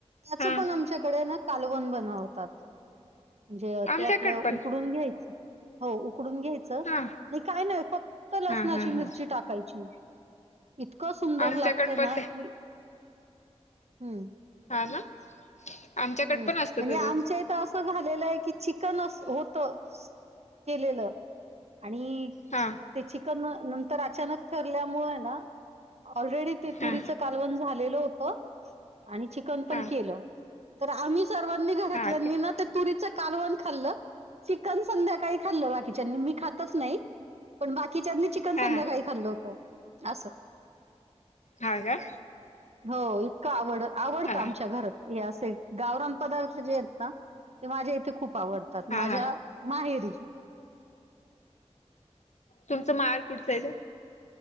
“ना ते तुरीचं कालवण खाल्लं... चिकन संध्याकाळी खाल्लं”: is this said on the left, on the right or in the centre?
Right